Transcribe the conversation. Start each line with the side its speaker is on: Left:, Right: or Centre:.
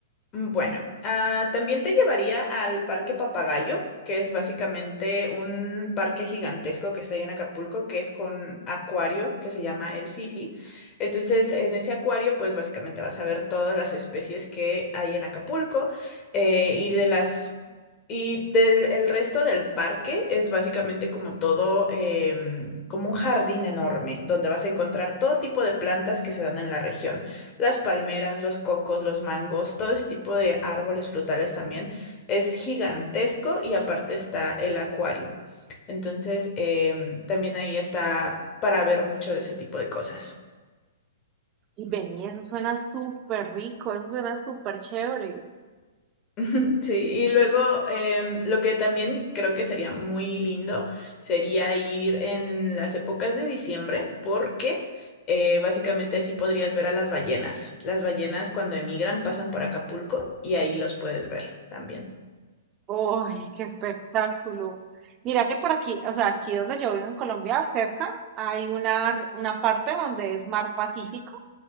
Left: Mm, Bueno, ah, también te llevaría al Parque Papagayo, que es básicamente un parque gigantesco que está ahí en Acapulco, que es con acuario que se llama el Sisi. Entonces, en ese acuario, pues básicamente vas a ver todas las especies que hay en Acapulco eh, y de las y del el resto del parque es básicamente como todo, em, como un jardín enorme, donde vas a encontrar todo tipo de plantas que se dan en la región las palmeras, los cocos, los mangos, todo ese tipo de árboles frutales también. Es gigantesco y aparte está el acuario. Entonces, em, también ahí está para ver mucho de ese tipo de cosas.
Right: Y vení, eso suena súper rico, eso suena súper chévere.
Left: <laughs> Sí, y luego em, lo que también creo que sería muy lindo sería ir en las épocas de diciembre porque eh, básicamente así podrías ver a las ballenas. Las ballenas cuando emigran pasan por Acapulco y ahí los puedes ver también.
Right: ¡Ay, qué espectáculo! Mira que por aquí, o sea, aquí donde yo vivo en Colombia, cerca, hay una, una parte donde es mar Pacífico